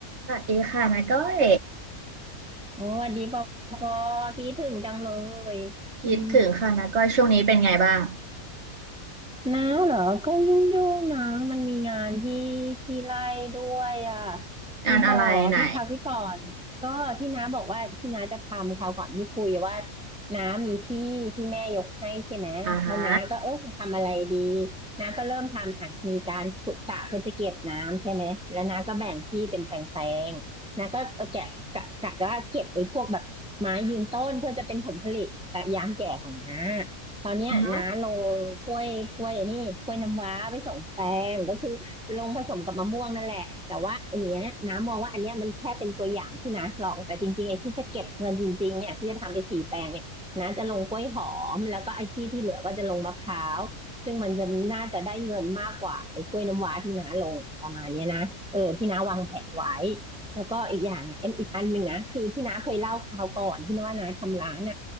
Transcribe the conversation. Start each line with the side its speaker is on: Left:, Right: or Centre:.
Right: สวัสดีค่ะนาก้อย
Centre: โอ้ดีพอพอคิดถึงจังเลยอืม
Right: คิดถึงค่ะนาก้อยช่วงนี้เป็นไงบ้าง
Centre: นาเหรอก็ยุ่งยุ่งนะมันมีงานที่ที่ไล่ด้วยอ่ะ
Right: งานอะไรไหน
Centre: ที่บอกที่คราวที่ก่อนก็ที่น้าบอกว่าที่น้าจะทำคราวก่อนที่คุยว่าน้ามีที่ที่แม่ยกให้ใช่ไหม
Right: อ่าฮะ
Centre: แล้วน้าก็เออจะทำอะไรดีน้าก็เริ่มทำอ่ะมีการขุดสระเพื่อจะเก็บน้ำใช่ไหมแล้วน้าก็แบ่งที่เป็นแปลงๆ น้าก็เออแกะกะกะว่าเก็บไอ้พวกแบบไม้ยืนต้นเพื่อจะเป็นผลผลิตแต่ยามแก่ของน้า ตอนเนี้ยน้าลงกล้วยกล้วยอันนี่กล้วยน้ำว้าไปสองแปลงก็คือลงผสมกับมะม่วงนั่นแหละแต่ว่าอันเนี้ยน้ามองว่าอันเนี้ยมันแค่เป็นตัวอย่างที่น้าลองแต่จริงๆไอ้ที่จะเก็บเงินจริงๆเนี่ยที่จะทำไปสี่แปลงเนี่ยน้าจะลงกล้วยหอมแล้วก็ไอ้ที่ที่เหลือก็จะลงมะพร้าวซึ่งมันจะน่าจะได้เงินมากกว่าไอ้กล้วยน้ำว้าที่น้าลงประมาณเนี้ยนะเออที่น้าวางแผนไว้
Right: อือฮึ
Centre: แล้วก็อีกอย่างอะเอ็นอีกอันหนึ่งนะคือที่น้าเคยเล่าคราวก่อนที่น้าว่าน้าทำร้านอ่ะ